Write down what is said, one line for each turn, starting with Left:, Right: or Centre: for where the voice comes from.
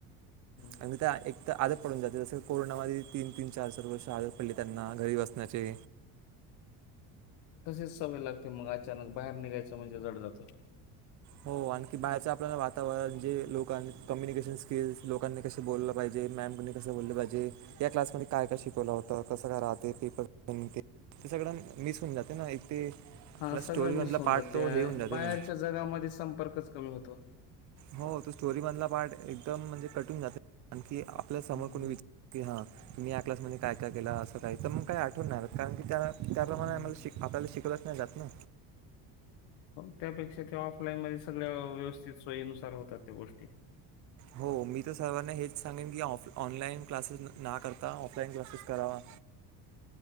Left: हम्म.
Right: आणि आणि त्या एकतर जस कोरोना मधे आदत पडून गेली त्यांना तीन, तीन चार, चार वर्ष त्यांना घरी बसण्याचे.
Left: तसेच सवय लागते मग अचानक बाहेर निघायचं म्हणजे जड जात.
Right: हो आणखी बाहेरच आपल्याला वातावरण जे लोकां कम्युनिकेशन स्किल्स लोकांनी कसे बोललं पाहिजे... मॅम कोणी कस बोललं पाहिजे या क्लासमध्येध्ये काय काय शिकवला होत कसं काय <unintelligible> राहते पेपर... ते सगळं मिस होऊन जाते ना.. ते आपला
Left: हा
Right: स्टोरीमधला
Left: सगळं मिस होऊन
Right: पार्ट
Left: जाते
Right: तो हे होऊन जाते
Left: बाहेरच्या
Right: ना
Left: जगामध्ये संपर्कच कमी होतो.
Right: हो तो स्टोरी मधला पार्ट एकदम म्हणजे कटून जात. की आपल्या समोर
Left: हम्म
Right: कोणी विचार की हा मी या क्समध्ये काय काय केलं असं काय तर मग काय आठवणार कारण की त्याला त्याप्रमाणे
Left: हम्म.
Right: आम्हाला आपल्याला शिकवलंच नाही जात ना.
Left: हो त्यापेक्षा त्या ऑफलाईनमध्ये सगळ्या व्यवस्थित सोयीनुसार होतात त्या गोष्टी.
Right: हो. मी तर सर्वांना हेच सांगेन की, ऑफ ऑनलाईन क्लासेस ना करता, ऑफलाईन क्लासेस करावा.